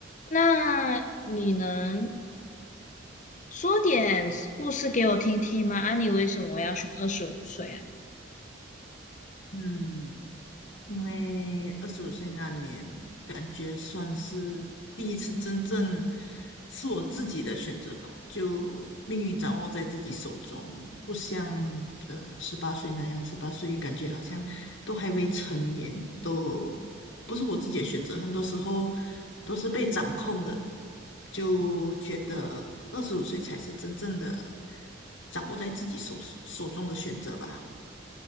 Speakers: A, on the left; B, on the left.
A: 那你能？说点故事给我听听嘛？啊，你为什么要选二十五岁啊？
B: 嗯，因为二十五岁那年，感觉算是第一次真正是我自己的选择吧，就命运掌握在自己手中，不像呃十八岁那样，十八岁感觉好像都还未成年，都不是我自己的选择，很多时候都是被掌控的，就觉得二十五岁才是真正的掌握在自己手手中的选择吧，